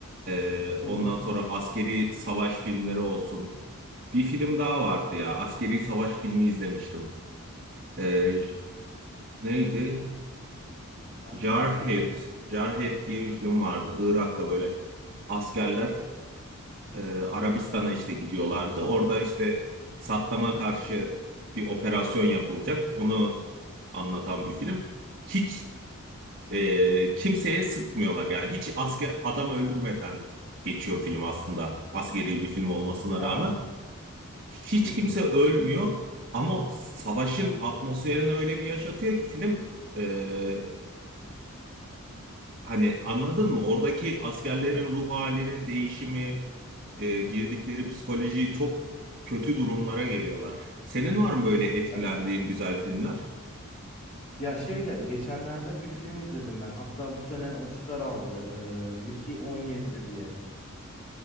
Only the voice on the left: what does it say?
Hı
hı.
Hangisi
acaba?
Aa
çok ilginç.
Evet.
Ya şeyle geçenlerde bir film izledim ben. Hatta bu sene Oscar aldı. Ee, Mickey 17 diye.